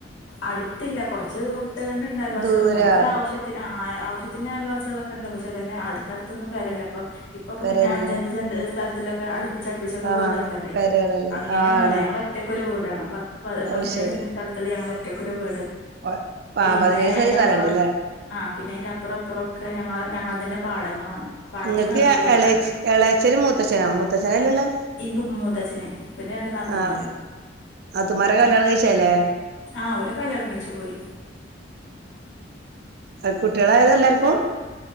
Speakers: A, on the left; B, on the right.
A: അടുത്തില്ല കുറച്ച് വിട്ട് കണ്ട് ഉണ്ടല്ലോ പക്ഷേ
B: ദൂരാ
A: നമുക്കൊരു ആവശ്യത്തിന് ആ ആവശ്യത്തിന് ആയൽവാസികളൊക്കെ ഉണ്ട് പക്ഷെ അതന്നെ അടുത്തടുത്തൊന്നു പെരയില്ല അപ്പൊ ഇപ്പൊക്കെ
B: പെരല്ല
A: പിന്നെ അഞ്ച് അഞ്ച്സെൻ്റ് സ്ഥലൊത്തെക്കെ അടുത്ത് അടുപ്പിച്ചൊക്കെ
B: ആഹ്
A: വീടുകള്ളല്ലേ
B: പെരകളല്ലേ
A: അങ്ങനെയൊന്നുമല്ല
B: ആണ്
A: ഞങ്ങള ഒറ്റക്ക് ഒരു വീടാണ് പത്ത്
B: അത്
A: പതിനേഴ്
B: ശരി
A: സെന്റ് സ്ഥലത്തില് ഞങ്ങൾ ഒറ്റക്ക് ഒരു വീട്
B: ആഹ്
A: പിന്നെ
B: പതിനേഴ്
A: അതിന്റെപ്പുറം
B: സെന്റ് സ്ഥലംണ്ട്ല്ലേ
A: ആ പിന്നെ അതിന്റെ അപ്പുറം ഇപ്പുറം ഒക്കെ ഞങ്ങളതിന്റെ പാടങ്ങളാണ് പാടത്തിന്റെ
B: നിങ്ങക്ക്
A: നടുക്കൊരു വീടാണ്
B: എളെച്ചനും മൂത്ത ചണോ മൂത്തശച്ഛന ലെ ഉള്ളത്
A: എനിക്ക് മൂത്തച്ഛന് പിന്നെ രണ്ട് നാത്തൂന്മാരും
B: ആഹ് നത്തു മാരെ കല്ല്യാണം കഴിച്ചല്ലേ
A: ആ ഒല്ല് കല്ല്യാണം കഴിച്ചു പോയി
B: ആ കുട്ടികളായ എല്ലാർക്കും